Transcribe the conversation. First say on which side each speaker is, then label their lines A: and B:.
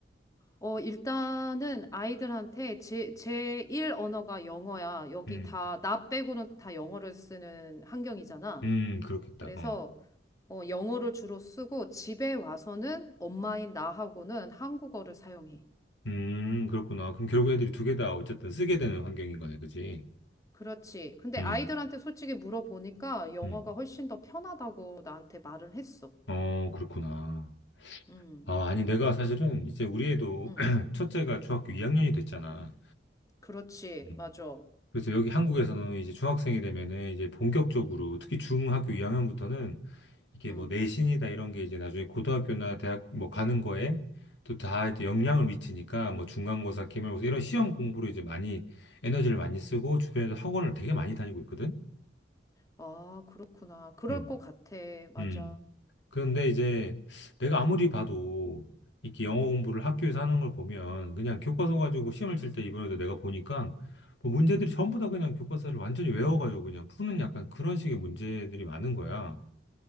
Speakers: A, on the left (about 20°); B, on the left (about 70°).
A: 어, 일단은 아이들한테 제, 제1 언어가 영어야. 여기
B: 음.
A: 다, 나 빼고는 다 영어를 쓰는 환경이잖아.
B: 음, 그렇겠다.
A: 그래서
B: 어.
A: 어, 영어를 주로 쓰고 집에 와서는 엄마인 나하고는 한국어를 사용해.
B: 음, 그렇구나. 그럼 결국 애들이 두 개 다 어쨌든 쓰게 되는 환경인 거네, 그지?
A: 그렇지. 근데
B: 음,
A: 아이들한테 솔직히 물어보니까 영어가
B: 음.
A: 훨씬 더 편하다고 나한테 말을 했어.
B: 어, 그렇구나.
A: 음,
B: 아, 아니, 내가 사실은 이제 우리 애도
A: 음,
B: <clears throat> 첫째가 중학교 2학년이 됐잖아.
A: 그렇지.
B: 음.
A: 맞아.
B: 그래서 여기 한국에서는 이제 중학생이 되면은 이제 본격적으로 특히 중학교 2학년부터는 이게
A: 음.
B: 뭐 내신이다 이런 게 이제 나중에 고등학교나 대학 뭐 가는 거에 또 다 이제 영향을 미치니까 뭐 중간고사, 기말고사 이런 시험 공부로 이제 많이 에너지를 많이 쓰고 주변에서 학원을 되게 많이 다니고 있거든.
A: 아, 그렇구나. 그럴
B: 음.
A: 것 같아. 맞아.
B: 음. 그런데 이제 내가 아무리 봐도 이렇게 영어 공부를 학교에서 하는 걸 보면 그냥 교과서 가지고 시험을 칠 때 이번에도 내가 보니까 뭐 문제들이 전부 다 그냥 교과서를 완전히 외워가지고 그냥 푸는 약간 그런 식의 문제들이 많은 거야.